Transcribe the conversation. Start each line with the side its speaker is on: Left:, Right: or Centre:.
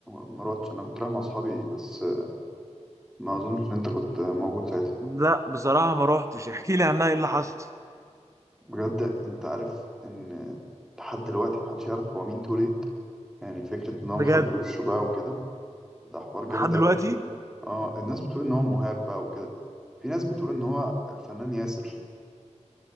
Centre: ما رحتش انا كنت رايح مع اصحابي بس ما اظنش ان انت كنت موجود ساعتها
Right: لا بصراحه ما روحتش احكي لي عنها ايه اللي حصل
Centre: بجد انت عارف ان لحد دلوقتي محدش يعرف هو مين توليت يعني فكرة ان هو
Right: بجد
Centre: مخبي وشه بقى وكده ده حوار جامد
Right: لحد دلوقتي
Centre: قوي اه الناس بتقول ان هو مهاب بقى وكده في ناس بتقول ان هو الفنان ياسر